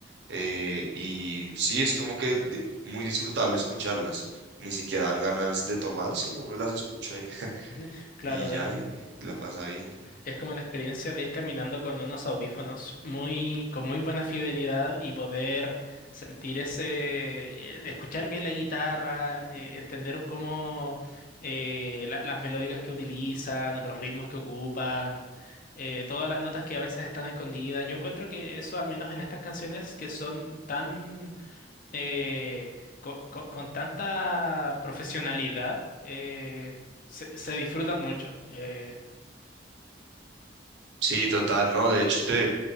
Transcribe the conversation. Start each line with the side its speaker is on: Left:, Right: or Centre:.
Right: eh, y sí, es como que de- muy disfrutable escucharlas. Ni siquiera dan ganas de tomar, sino uno las escucha y, <laughs>
Left: <laughs> Claro,
Right: y ya,
Left: eh,
Right: y, y la pasa bien.
Left: Es como la experiencia de ir caminando con unos audífonos muy, con muy buena fidelidad y poder sentir ese, eh, escuchar bien la guitarra, eh, entender un cómo eh, la- las melódicas que utilizan, o los ritmos que ocupan, eh, todas las notas que a veces están escondidas. Yo encuentro que eso, al menos en estas canciones que son tan, eh, co- co- con, tanta profesionalidad, eh, se, se disfrutan mucho. Eh,
Right: Sí, total, no, de hecho te,